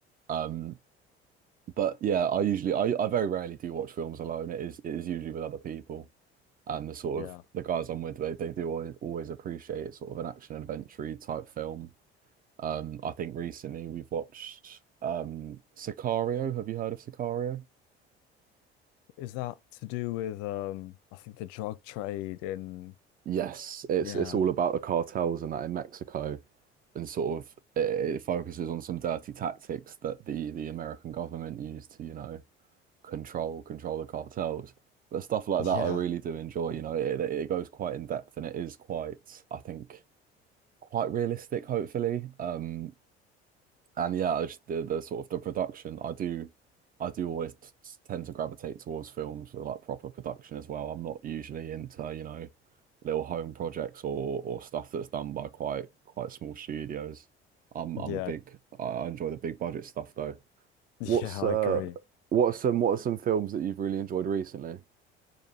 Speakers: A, on the right; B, on the left.
A: Um, but yeah, I usually I, I very rarely do watch films alone. It is it is usually with other people. And the sort
B: yeah.
A: of the guys I'm with, they, they do always, always appreciate sort of an action adventure type film. Um, I think recently we've watched um Sicario. Have you heard of Sicario?
B: Is that to do with um, I think the drug trade in
A: Yes, it's
B: yeah,
A: it's all about the cartels and that in Mexico, and sort of it, it focuses on some dirty tactics that the the American government used to, you know. control control the cartels. But stuff like that,
B: yeah,
A: I really do enjoy. You know, it it goes quite in depth and it is quite, I think, quite realistic, hopefully. Um, and yeah, I just, the the sort of the production, I do, I do always t t- tend to gravitate towards films with like proper production as well. I'm not usually into, you know, little home projects or or stuff that's done by quite quite small studios. I'm I'm
B: yeah,
A: a big, I I enjoy the big budget stuff though.
B: <laughs>
A: What's
B: yeah. I
A: uh
B: agree.
A: what are some what are some films that you've really enjoyed recently?